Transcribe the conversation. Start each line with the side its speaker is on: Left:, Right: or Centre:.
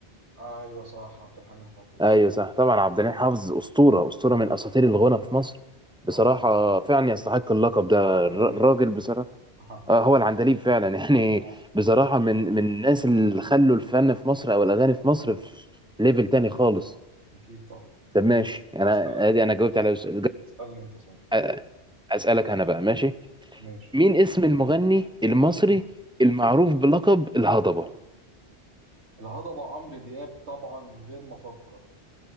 Right: ايوه صح عبد الحميد حافظ صح
Centre: ايوه صح طبعا عبد الحليم حافظ اسطوره اسطوره من اساطير الغنى في مصر بصراحه
Right: اه
Centre: فعلا يستحق اللقب ده
Right: ولا عندليب
Centre: الر- الراجل
Right: فعلا
Centre: بصراحه
Right: اه
Centre: اه هو العندليب فعلا <laughs> يعني
Right: آه،
Centre: بصراحة من من الناس اللي خلوا الفن في مصر او الاغاني في مصر في ليفل تاني خالص
Right: اكيد طبعا
Centre: طب
Right: ماشي
Centre: ماشي انا
Right: هسألك
Centre: ادي انا جاوبت على سؤال
Right: اسألني انت سؤال
Centre: أ- اسألك انا بقى ماشي
Right: ماشي
Centre: مين اسم المغني المصري المعروف بلقب الهضبة
Right: الهضبة عمرو دياب طبعا من غير ما أفكر